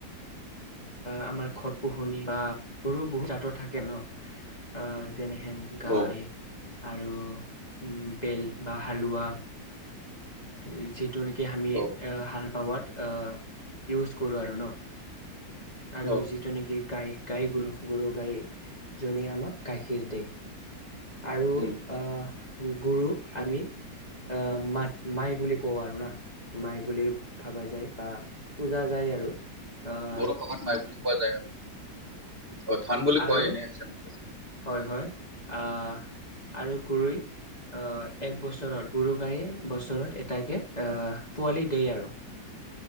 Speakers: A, on the left; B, on the right.
A: আমাৰ ঘৰ পোহনি বা গৰু বহুত আতৰত থাকেও ন আহ এনেহেন গাই
B: অ
A: আৰু উ বেল বা হালোৱা যি যিটো নেকি আমি
B: অ
A: হাল বাৱাত আ ইউজ কৰোঁ আৰু ন আৰু
B: অ
A: যিটো নেকি গাই গাই গুৰু গুৰু গাইজনীয়ে আমাক গাখীৰ দিয় আৰু
B: উম
A: অ গুৰুক আমি অহ মাত মাই বুলি কওঁ আৰু না মাই বুলি ভাবা যায় বা পূজা যায় আৰু আহ
B: বড়ো ভাষাত নাই বুলি কোৱা যায় আও অ ধান বুলি
A: আৰু
B: কয় এনে আচামিজত
A: হয় হয় আহ আৰু গৰৈ অহ এক বছৰত গুৰু গায়ে বছৰত এটাকে আহ পোৱালি দিয় আৰু